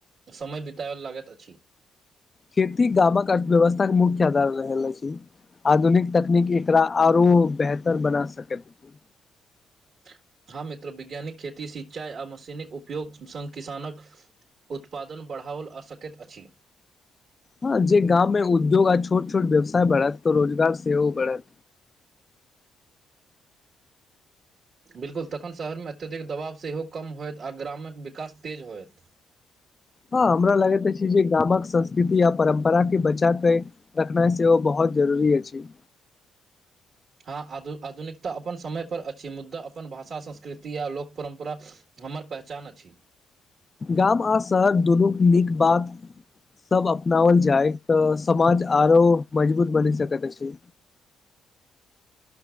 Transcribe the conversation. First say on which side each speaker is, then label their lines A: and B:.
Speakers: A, on the right (about 55°); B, on the left (about 30°).
A: समय बितएब लागैत अछि
B: खेती गामक अर्थव्यवस्था के मुख्य आधार रहैल अछि आधुनिक तकनीक एकरा आरो बेहतर बना सकैत अछि
A: <inaudible> हँ मित्र वैज्ञानिक खेती सिंचाई आ मशीन उपयोग सङ् किसानक उत्पादन बढ़ाओल आ सकैत अछि
B: हँ जे गाम में उद्योग आ छोट छोट व्यवसाय बढ़त तऽ रोजगार सेहो बढ़त
A: बिल्कुल तखन शहरमे अत्यधिक दबाव सेहो कम होयत आ ग्रामक विकास तेज होयत
B: हँ हमरा लागैत अछि जे गामक संस्कृति आ परम्पराके बचाके रखनाइ सेहो बहुत जरूरी अछि
A: हँ आधु आधुनिकता अपन समयपर अछि मुद्दा अपन भाषा संस्कृति या लोक परम्परा हमर पहचान अछि
B: गाम आ शहर दुनूक नीक बात सब अपनाओल जायत तऽ समाज आरो मजबूत बनि सकैत अछि